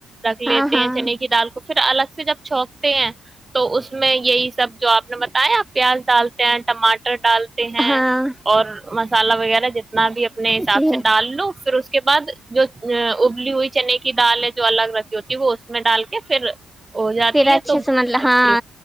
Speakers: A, on the right; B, in the centre.
A: رکھ لیتے
B: ہاں ہاں
A: ہیں چنے کی دال کو پھر الگ سے جب چوک تے ہیں تو اس میں یہی سب جو آپ بتایا آپ پیاز ڈالتے ہیں ٹماٹر ڈالتے ہیں
B: ہاں
A: اور م مسالہ وغیرہ ج بھی اپنے حساب
B: جی
A: سے ڈال لو پھر اس کے بعد جو ابلی ہوئی چنے کی دال ہے جو الگ رکھی ہوتی ہے وہ اس میں ڈال کے پھر ہو جاتی
B: پھر اچھے
A: ہے
B: مطلب ہاں
A: اچھی